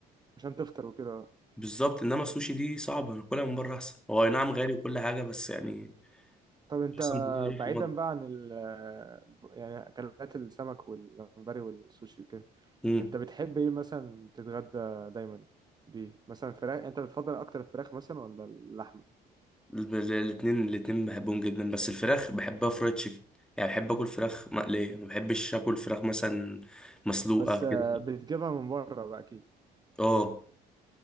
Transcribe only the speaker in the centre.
بالظبط انما السوشي دي صعبه انا كلها من بره احسن هو أي نعم غالي وكل حاجه بس يعني
احسن بكتير
في
المطبخ
ال- ال- الاتنين الاتنين بحبهم جدا بس الفراخ بحبها فرايد تشيكن يعني بحب اكل فراخ مقلية ما بحبش اكل فراخ مثلا مسلوقة
كده
اه